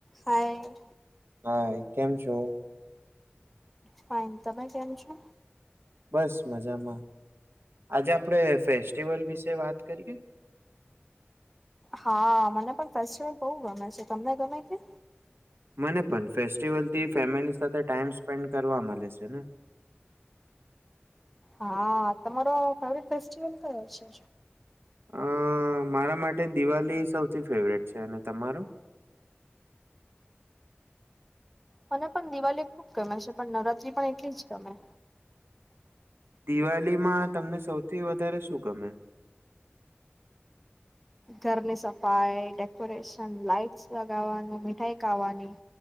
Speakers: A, in the centre; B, on the right.
A: By.
B: Hi, કેમ છો?
A: Fine, તમે કેમ છો?
B: બસ મજામાં. આજે આપડે ફેસ્ટિવલ વિશે વાત કરીએ.
A: હા, મને પણ ફેસ્ટિવલ બહુ ગમે છે, તમને ગમે કે?
B: મને પણ ફેસ્ટિવલ થી ફેમિલી સાથે ટાઈમ સ્પેન્ડ કરવા મળે છે ને.
A: હા, તમારો ફેવરીટ ફેસ્ટિવલ કયો છે?
B: અ મારા માટે દિવાળી સૌથી ફેવરેટ છે, અને તમારો?
A: મને પણ દિવાળી ખુબ ગમે છે, પણ નવરાત્રી પણ એટલી જ ગમે.
B: દિવાલીમાં તમને સૌથી વધારે શું ગમે?
A: ઘરની સફાઈ, ડેકોરેશન, લાઈટ્સ લગાવાનું, મીઠાઈ ખાવાની.